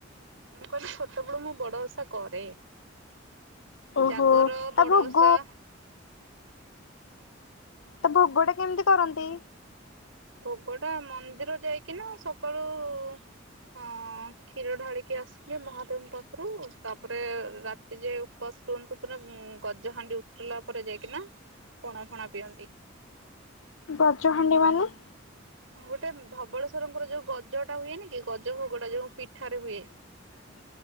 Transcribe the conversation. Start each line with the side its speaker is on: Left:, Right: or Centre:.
Right: ମୁଁ କହିଲି ଛୋଟବେଳୁ ମୁଁ ବଡ ଓସା କରେ।
Left: ଓହୋ
Right: ଜାଗର
Left: ତା
Right: ବଡଓଷା।
Left: ଭୋଗ ତ ଭୋଗ ଟା କେମିତି କରନ୍ତି?
Right: ଭୋଗ ଟା ମନ୍ଦିର ଯାଇକିନା ସକାଳୁ ଅ କ୍ଷୀର ଢାଳିକି ଆସିକି ମହାଦେବଙ୍କ ପାଖରୁ ତାପରେ ରାତି ଯେ ଉପସ ଶୁହନ୍ତୁ ପୁର ଗଜ ହାଣ୍ଡି ଉଥରିଲା ପରେ ଯାଇକିନା ପଣା ଫଣା ପିଅନ୍ତି।
Left: ବ୍ରଜହାଣ୍ଡି ମାନେ?
Right: ଗୋଟେ ଧବଳେସ୍ଵରଙ୍କର ଯୋଉ ଗଜଟା ହୁଏନି କି ଗଜ ଭୋଗଟା ଯୋଉ ପିଠାରେ ହୁଏ।
Left: ହ